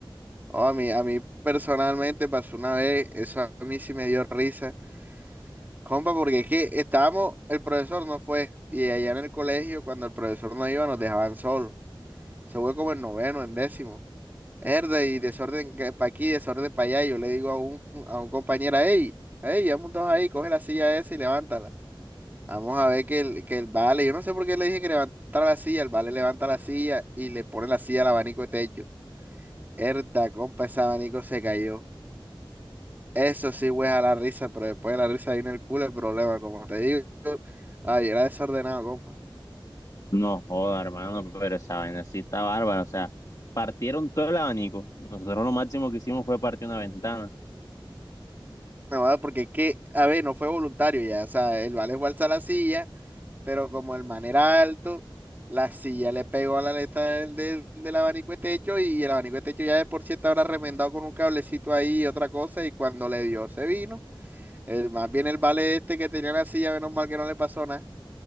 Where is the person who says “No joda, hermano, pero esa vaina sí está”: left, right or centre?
Left